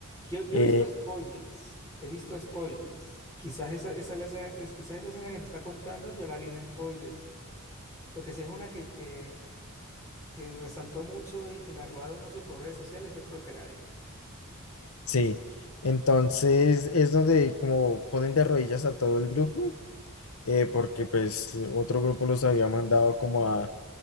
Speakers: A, on the left (about 15°); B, on the left (about 80°).
A: Yo, yo
B: Eh,
A: he visto spoilers, he visto spoilers. Quizás esa, esa, la escena- es, quizás esa escena que me está contando yo la vi en spoilers, porque si es una que, que, que resaltó mucho y que la robaron mucho por redes sociales, yo creo que la vi.
B: sí, entonces es donde como ponen de rodillas a todo el grupo, eh, porque pues otro grupo los había mandado como a,